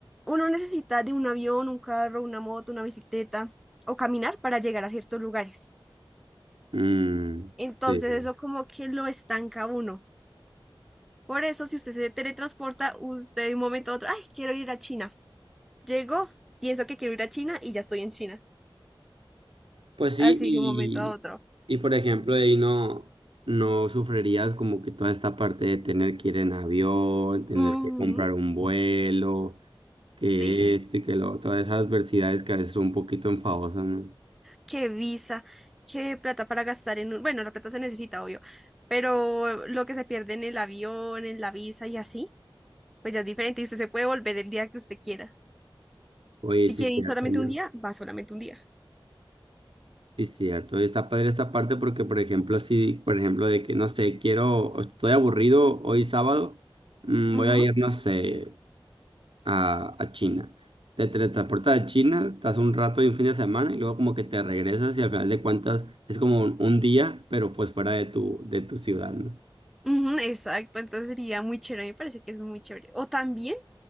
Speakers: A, in the centre; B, on the right.
A: uno necesita de un avión, un carro, una moto, una bicicleta o caminar para llegar a ciertos lugares.
B: mm,
A: Entonces,
B: sí.
A: eso como que lo estanca a uno. Por eso, si usted se teletransporta, usted de un momento a otro, ay, quiero ir a China. Llego, pienso que quiero ir a China y ya estoy en China.
B: Pues sí,
A: Así
B: y,
A: de un momento a otro.
B: y por ejemplo, ahí no, no sufrirías como que toda esta parte de tener que ir en avión, tener
A: Ujú,
B: que comprar un vuelo, que
A: Sí,
B: esto y que lo, todas esas adversidades que a veces son un poquito enfadosas, ¿no?
A: qué Visa, qué plata para gastar en un... Bueno, la plata se necesita, obvio, pero lo que se pierde en el avión, en la visa y así, pues ya es diferente y usted se puede volver el día que usted quiera.
B: Oye,
A: Si
B: sí,
A: quiere
B: cierto,
A: ir solamente
B: ¿no?
A: un día, va solamente un día.
B: Sí, cierto. Y está padre esta parte porque, por ejemplo, si, por ejemplo, de que, no sé, quiero, estoy aburrido hoy sábado, mm,
A: Ujú,
B: voy a ir, no sé. a, a China. Te teletransportas a China, estás un rato y un fin de semana y luego como que te regresas y al final de cuentas es como un, un día, pero pues fuera de tu, de tu ciudad, ¿no?
A: ujú, exacto, entonces sería muy chévere, me parece que es muy chévere. O también,